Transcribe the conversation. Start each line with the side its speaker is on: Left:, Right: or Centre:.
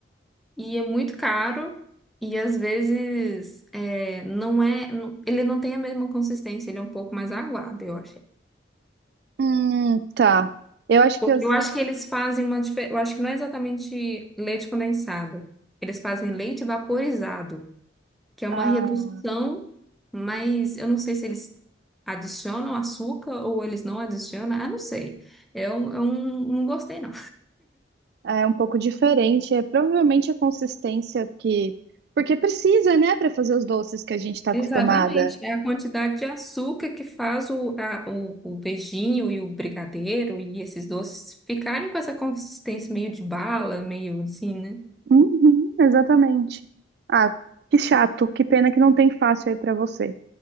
Centre: e é muito caro e às vezes é, não é, não- ele não tem a mesma consistência, ele é um pouco mais aguado, eu achei.
Right: Hum, tá. Eu acho
Centre: Porque
Right: que as-
Centre: Eu acho que eles fazem uma diferença, eu acho que não é exatamente leite condensado, eles fazem leite vaporizado, que é uma
Right: a-
Centre: redução, mas eu não sei se eles adicionam açúcar ou eles não adicionam, ah, não sei. Eu, eu não não gostei, não.
Right: é um pouco diferente. É provavelmente a consistência que. Porque precisa, né, para fazer os doces que a gente está acostumada.
Centre: Exatamente, é a quantidade de açúcar que faz o, a- o, o beijinho e o brigadeiro e esses doces ficarem com essa consistência meio de bala, meio assim, né?
Right: Uhum, exatamente. Ah, que chato, que pena que não tem fácil aí pra você.